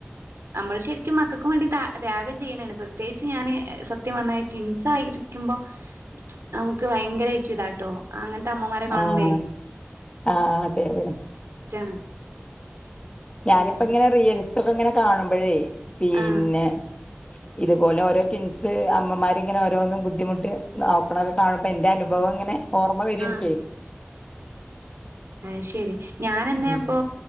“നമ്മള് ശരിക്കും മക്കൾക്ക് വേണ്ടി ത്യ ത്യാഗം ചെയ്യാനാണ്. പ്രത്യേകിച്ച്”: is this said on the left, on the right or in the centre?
Right